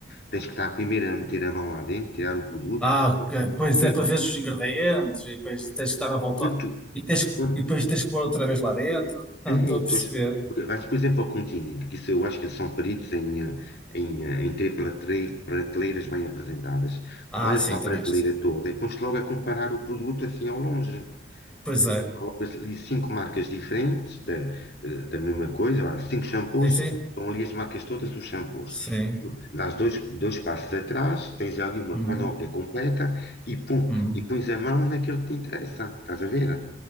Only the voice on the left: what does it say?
Tens que estar primeiro a meter a mão lá dentro, tirar o produto.
Entendes?
Quando, tu-
quando,
é,
e
depois
eh, vais, por exemplo, ao Continente, que isso eu acho que eles são peritos em, eh, em, eh, em ter prateleira- prateleiras bem apresentadas.
Olhas
para a
prateleira
toda e pões logo a comparar o produto assim ao longe.
colocas ali cinco marcas diferentes da, eh, da mesma coisa, há cinco shampoos,
estão ali as marcas todas dos shampoos.
Dás dois, dois passos atrás, tens ali uma
panóplia completa e, pum,
e pões a mão naquilo que te interessa, estás a ver?